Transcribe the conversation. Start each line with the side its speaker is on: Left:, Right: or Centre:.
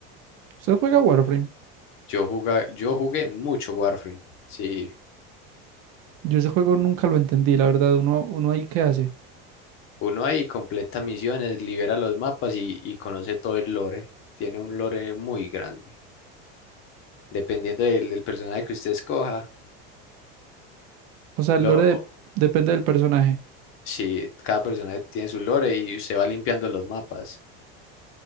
Right: ¿Usted juega Warframe?
Left: Yo juga- yo jugué mucho Warframe. Sí,
Right: Yo ese juego nunca lo entendí, la verdad. Uno, uno ahí qué hace.
Left: uno ahí completa misiones, libera los mapas y, y conoce todo el lore. Tiene un lore muy grande. dependiendo del, del personaje que usted escoja.
Right: O sea, el
Left: Lo,
Right: lore de- depende del personaje.
Left: sí, cada personaje tiene su lore y usted va limpiando los mapas.